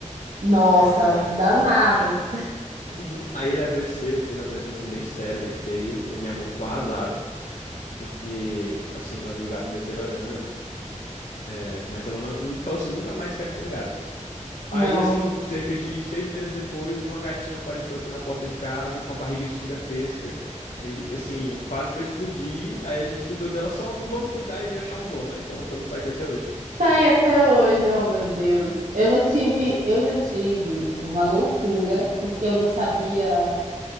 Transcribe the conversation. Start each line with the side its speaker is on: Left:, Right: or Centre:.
Right: Nossa,
Left: É,
Right: danado.
Left: a- uhum. Aí ele adoeceu, ele teve a doença assim bem séria, bem feia, que a minha mãe ficou arrasada, porque assim, ela viu o gato deteriorando. É, mas ela não, não falou assim, nunca mais quero ter um gato. Aí,
Right: Não.
Left: assim, cerca de seis meses depois, uma gatinha apareceu aqui na porta de casa com a barriga gigantesca e, assim, quase pra explodir. Aí a gente cuidou dela só, vamos cuidar e achar um dono. Aí pronto, ela tá aqui até hoje.
Right: Tá aí até hoje, oh meu Deus. Eu já tive, eu já tive uma loucura, porque eu não sabia